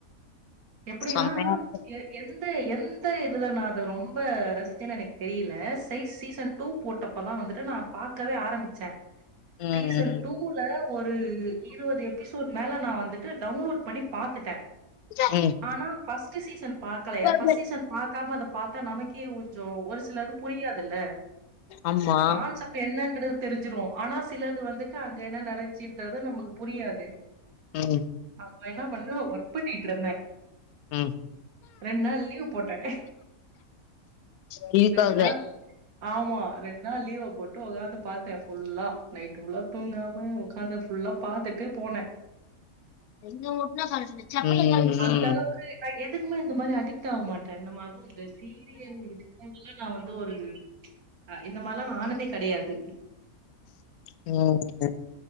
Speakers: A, on the right (about 80°); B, on the left (about 85°).
A: எப்புடின்னா
B: செம்மையா இருக்கு.
A: எ எந்த எந்த இதுல நா அத ரொம்ப ரசிச்சேன்னு எனக்கு தெரியில சைஸ் சீசன் டூ போட்டப்பதா வந்துட்டு நா பாக்கவே ஆரம்பிச்சே
B: ம்
A: சீசன் டூல ஒரு இருவது எப் எபிசோட் மேல நா வந்துட்டு டவுன்லோட் பண்ணி பாத்துட்டே
B: ம்
A: ஆனா ஃபஸ்ட்டு சீசன் பாக்கலயா
B: ம்
A: ஃபர்ஸ்ட் சீசன் பாக்காம அத பாத்தா நமக்கே ஒ கொஞ்சோ ஒரு சில இது புரியாதுல
B: ஆமா
A: கான்சப் டு என்னன்றது தெருஞ்சுரு ஆனா சிலது வந்துட்டு அங்க என்ன நடந்ச்சின்றது நமக்கு புரியாது
B: ம்
A: அப்ப என்ன பண்ணே ஒர்க் பண்ணிட்ருந்தே
B: ம்
A: ரெண்ட் நாள் லீவ் போட்டே
B: கீக்காத
A: ரெண் நாள் ஆமா ரெண்ட் நாள் லீவ போட்டு உக்காந்து பாத்தே ஃபுல்லா நைட்டு ஃபுல்லா தூங்காம உக்காந்து ஃபுல்லா பாத்துட்டு போனே
B: ம் ம்
A: அந்த அளவுக்கு நா எதுக்குமே இந்த மாரி அடிக்ட் ஆவ மாட்டே நம்ம அதுவு இந்த சீரியல் இதுக்கான்டிலா நா வந்து ஒரு அ இந்த மாரிலா நா ஆனதே கெடயாது
B: ம் ஓகே